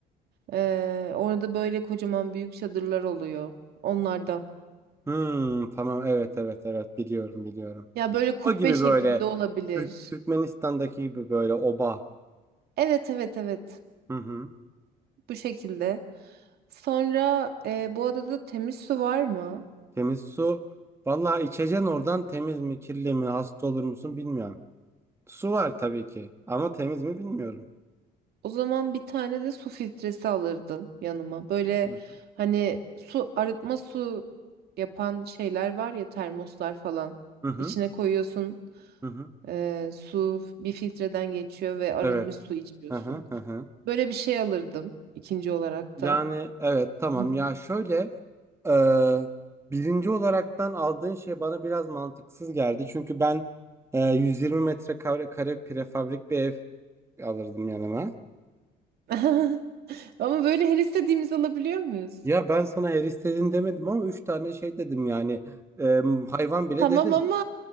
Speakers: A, on the right; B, on the right.
A: Ee, orada böyle kocaman büyük çadırlar oluyor onlardan.
B: Hmm, tamam evet evet evet biliyorum biliyorum.
A: Ya böyle kubbe
B: O gibi
A: şeklinde
B: böyle
A: olabilir.
B: Türk Türkmenistan'daki gibi böyle oba.
A: Evet evet evet
B: Hı hı.
A: bu şekilde. Sonra e, bu adada temiz su var mı?
B: Temiz su. Vallahi içeceksin oradan temiz mi kirli mi hasta olur musun bilmiyorum. Su var tabii ki ama temiz mi bilmiyorum.
A: O zaman bir tane de su filtresi alırdım yanıma. Böyle
B: Hı hı.
A: hani su arıtma su yapan şeyler var ya termoslar falan.
B: Hı hı.
A: İçine koyuyorsun
B: Hı hı.
A: e, su bir filtreden geçiyor ve arınmış
B: Evet.
A: su içiyorsun.
B: Hı hı. Hı hı.
A: Böyle bir şey alırdım ikinci olarak
B: Yani
A: da.
B: evet tamam
A: Hı.
B: ya şöyle e, birinci olaraktan aldığın şey bana biraz mantıksız geldi. Çünkü ben e, 120 metrekare kare prefabrik bir ev alırdım yanıma.
A: <laughs> Ama böyle her istediğimizi alabiliyor muyuz?
B: Ya ben sana her istediğin demedim ama 3 tane şey dedim yani E, hayvan bile
A: Tamam
B: dedim.
A: ama